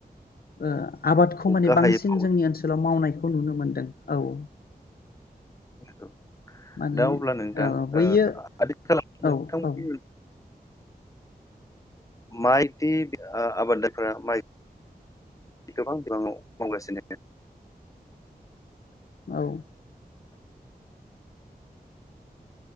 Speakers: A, on the left; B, on the left.
A: ओ आबादखौ माने
B: गाहायै
A: बांसिन
B: मावो
A: जोंनि ओनसोलाव मावनाय खौ नुनो मोनदों औ
B: <unintelligible>
A: माने
B: दा अब्ला नोंथां
A: औ बैयो
B: ओ आदिख <unintelligible>
A: औ
B: नोंथांनि
A: औ
B: ओ माइदि आबादारिफोरा माइ गोबां बिबाङाव मावगासिनो
A: औ